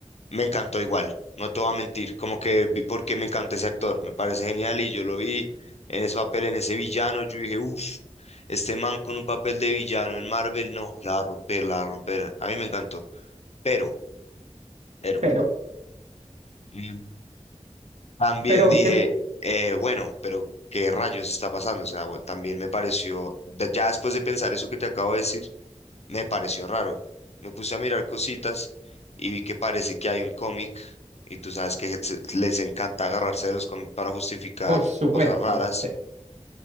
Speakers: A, on the left; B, on the right.
A: Me encantó igual, no te voy a mentir, como que vi- porque me encanta ese actor, me parece genial y yo lo vi en ese papel, en ese villano, yo dije, uff, este man con un papel de villano en Marvel, no, la va a romper, la va a romper, a mí me encantó, pero, pero,
B: pero,
A: mm, también
B: pero,
A: dije,
B: que-
A: eh, bueno, pero ¿qué rayos está pasando? O sea, bueno, también me pareció, de- ya después de pensar eso que te acabo de decir, me pareció raro. Me puse a mirar cositas y vi que parece que hay un cómic y tú sabes que se- les encanta agarrarse de los cómics para justificar
B: por supuesto,
A: cosas raras,
B: sí.